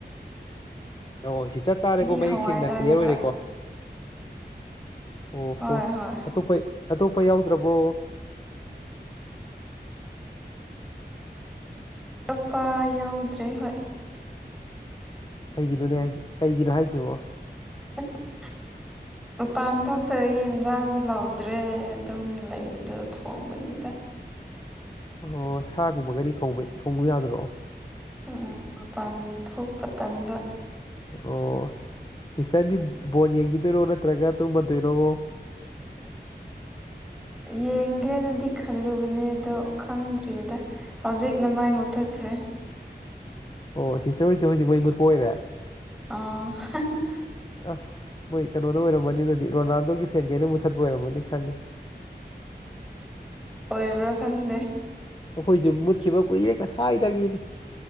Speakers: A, on the left (about 25°); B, in the centre.
A: ꯑ ꯁꯤꯁꯪꯔ ꯇꯥꯥꯔꯦꯀꯣ
B: ꯑꯩꯗꯤ
A: ꯃꯌꯦꯛ
B: ꯍꯋꯥꯏ
A: ꯁꯦꯡꯅ
B: ꯆꯥꯏꯌꯦꯕ
A: ꯀ꯭ꯂꯤꯌꯥꯔ ꯑꯣꯏꯔꯦꯀꯣ ꯑꯣ
B: ꯍꯣꯏ
A: ꯍꯣ
B: ꯍꯣꯏ
A: ꯑꯇꯣꯞꯄ ꯑꯇꯣꯞꯄ ꯌꯥꯎꯗ꯭ꯔꯕꯣ
B: ꯑꯛꯄ ꯌꯥꯎꯗ꯭ꯔꯦ ꯍꯣꯏ
A: ꯀꯩꯒꯤꯅꯣꯅꯦ ꯍꯥꯏꯁꯦ ꯀꯩꯒꯤꯅꯣ ꯍꯥꯏꯁꯤꯕꯣ
B: ꯑ <inaudible>
A: ꯍ <inaudible>
B: ꯃꯄꯥꯟ ꯊꯣꯛꯇꯕꯒꯤ ꯏꯟꯁꯥꯡꯁꯨ ꯂꯧꯗ꯭ꯔꯦ ꯑꯗꯨꯝ ꯂꯩꯕꯗꯣ ꯊꯣꯡꯕꯅꯤꯗ
A: ꯑꯣ ꯁꯥꯒꯨꯝꯕꯒꯗꯤ ꯊꯣꯡꯕ ꯊꯣꯡꯕ ꯌꯥꯗꯔꯣ
B: ꯎꯝ ꯎꯝ ꯃꯄꯥꯟ ꯊꯣꯛꯄ ꯇꯟꯕ
A: ꯑꯣ ꯁꯤꯁꯇꯔꯗꯤ ꯕꯣꯜ ꯌꯦꯡꯈꯤꯗꯣꯏꯔꯣ ꯅꯠꯇ꯭ꯔꯒ ꯇꯨꯝꯃꯗꯣꯏꯔꯣ
B: ꯌꯦꯡꯒꯦꯅꯗꯤ ꯈꯜꯂꯨꯕꯅꯦ ꯑꯗꯣ ꯈꯪꯗ꯭ꯔꯤꯌꯦꯗ ꯍꯧꯖꯤꯛꯅ ꯃꯩ ꯃꯨꯠꯊꯠꯈ꯭ꯔꯦ
A: ꯑꯣ ꯁꯤꯁꯇꯔ ꯍꯣꯏꯁꯨ ꯍꯧꯖꯤꯛ ꯃꯩ ꯃꯨꯠꯄ ꯑꯣꯏꯔꯦ
B: ꯑ <unintelligible>
A: ꯑꯁ ꯃꯣꯏ ꯀꯩꯅꯣꯅ ꯑꯣꯏꯔꯝꯃꯅꯤ ꯑꯗꯨꯗꯤ ꯔꯣꯅꯥꯜꯗꯣꯒꯤ ꯐꯦꯟꯒꯩꯅ ꯃꯨꯠꯊꯠꯄ ꯑꯣꯏꯔꯝꯃꯅꯤ ꯈꯪꯉꯤ
B: ꯑꯣꯏꯕ꯭ꯔꯥ ꯈꯪꯗꯦ
A: ꯑꯩꯈꯣꯏꯁꯨ ꯃꯨꯠꯈꯤꯕ ꯀꯨꯏꯔ ꯉꯥꯁꯥꯏꯗꯒꯤꯅꯤ